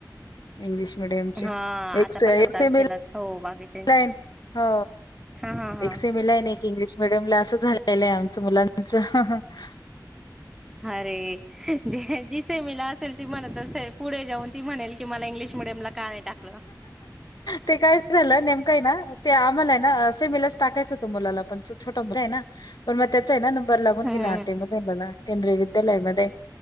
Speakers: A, on the left; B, in the centre.
A: इंग्लिश मिडीयम चे
B: हा
A: एक
B: आता
A: से
B: पंधरा
A: एक
B: तारखेलाच
A: सेमीला
B: हो बाकीच्यांची
A: प्ल्यान, हो
B: हा हा हा
A: एक सेमी ला हे न एक इंग्लिश मिडियम ला अस झा लय आमचं मुलांच
B: अरे जे जि सेमीला असेल ती म्हणत पुढे जाऊन ती म्हणेल की मला इंग्लिश मिडियमला का नाही टाकलं
A: ते काय झालं नेमकाय ना ते आम म्हाला ये ना सेमिलाच टाकायचं होत मुलाला पण, तो छोट मुलगा आहे ना पण मग त्याच आहे न बरं लागून
B: हम्म
A: गेला आरटी मधेला केंद्रीय विद्यालय मध्ये